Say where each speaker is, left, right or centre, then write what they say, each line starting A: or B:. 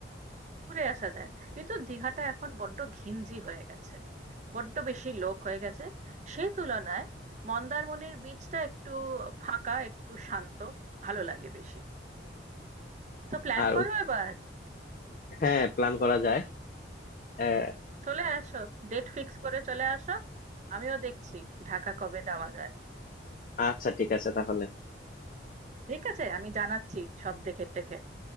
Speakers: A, on the right; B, on the left.
A: ঘুরে আসা যায় কিন্তু দীঘাটা এখন বড্ড ঘিঞ্জি হয়ে গেছে বড্ড বেশি লোক হয়ে গেছে সেই তুলনায় মন্দারমণির বীচটা একটু ফাঁকা একটু শান্ত ভালো লাগে বেশি তো প্ল্যান
B: আর
A: করো এবার
B: হ্যাঁ প্ল্যান করা যায় আহ,
A: চলে আসো ডেট ফিক্স করে চলে আসো আমিও দেখছি ঢাকা কবে যাওয়া যায়
B: আচ্ছা ঠিক আছে তাহলে
A: ঠিক আছে আমি জানাচ্ছি সব দেখে টেখে